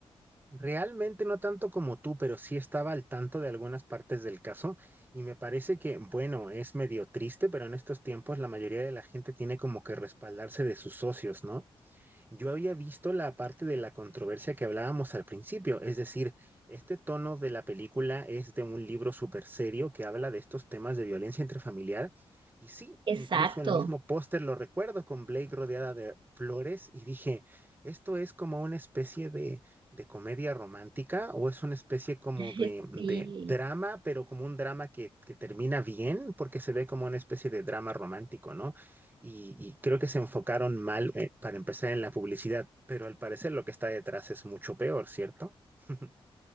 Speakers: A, on the right; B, on the right.
A: Realmente no tanto como tú, pero sí estaba al tanto de algunas partes del caso y me parece que, bueno, es medio triste, pero en estos tiempos la mayoría de la gente tiene como que respaldarse de sus socios, ¿no? Yo había visto la parte de la controversia que hablábamos al principio, es decir, este tono de la película es de un libro súper serio que habla de estos temas de violencia intrafamiliar. Y sí,
B: Exacto.
A: incluso el mismo póster lo recuerdo con Blake rodeada de flores y dije, ¿esto es como una especie de, de comedia romántica o es una especie como
B: <laughs>
A: de, de
B: Sí.
A: drama, pero como un drama que, que termina bien porque se ve como una especie de drama romántico, ¿no? y, y creo que se enfocaron mal eh, para empezar en la publicidad, pero al parecer lo que está detrás es mucho peor, ¿cierto? <laughs>